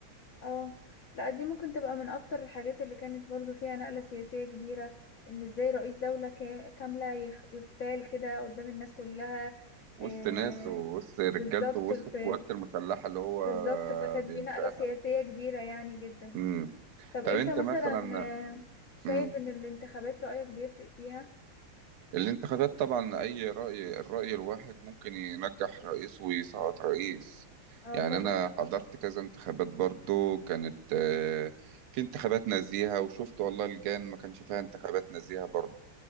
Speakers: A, on the left; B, on the right.
A: اه لا دي ممكن تبقى من اكتر الحاجات اللي كانت برضو فيها نقلة سياسية كبيرة ان ازاي رئيس دولة كا- كاملة يخ- يغتال كده قدام الناس كلها آه،
B: وسط ناسه ووسط رجالته
A: بالظبط
B: ووسط
A: في
B: القوات المسلحة اللي هو
A: بالظبط فكانت
B: بينشأها
A: دي نقلة سياسية كبيرة يعني جدا
B: مم.
A: طب
B: طب
A: انت
B: أنت
A: مثلا
B: مثلا
A: آه، شايف
B: مم.
A: ان الانتخابات رأيك بيفرق فيها
B: اللي انتخابات طبعا اي رأي الرأي الواحد ممكن ينجح رئيس ويسقط رئيس
A: اه
B: يعني
A: طبعا
B: انا حضرت كذا انتخابات برضو كانت آه، في انتخابات نزيهة وشفت والله لجان ما كانش فيها انتخابات نزيهة برضو